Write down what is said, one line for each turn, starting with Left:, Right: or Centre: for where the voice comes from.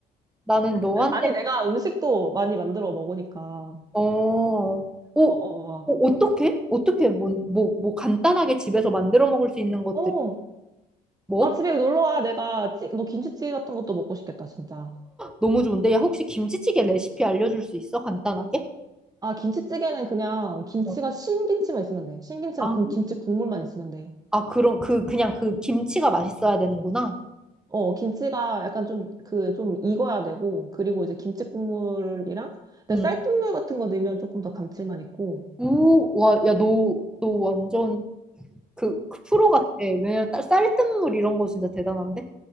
Centre: 나는 너한테,
Right: 아니, 내가 음식도 많이 만들어 먹으니까.
Centre: 어, 어, 어,
Right: 어, 어,
Centre: 어떻게? 어떻게, 뭐, 뭐, 뭐 간단하게 집에서 만들어 먹을 수 있는 것들,
Right: 어. 어.
Centre: 뭐?
Right: 아, 집에 놀러 와. 내가, 찌, 너 김치찌개 같은 것도 먹고 싶겠다, 진짜.
Centre: 너무 좋은데? 야, 혹시 김치찌개 레시피 알려줄 수 있어? 간단하게?
Right: 아, 김치찌개는 그냥 김치가
Centre: 어.
Right: 신김치만 있으면 돼. 신김치랑
Centre: 아,
Right: 국- 김치 국물만 있으면 돼.
Centre: 아, 그럼 그 그냥 그 김치가 맛있어야 되는구나.
Right: 어, 김치가 약간 좀, 그, 좀 익어야 되고, 그리고 이제 김치 국물이랑, 근데
Centre: 응.
Right: 쌀뜨물 같은 거 넣으면 조금 더 감칠맛 있고,
Centre: 오, 와, 야, 너, 너 완전 그, 그 프로 같아. 왜냐면 딸- 쌀뜨물 이런 거 진짜 대단한데?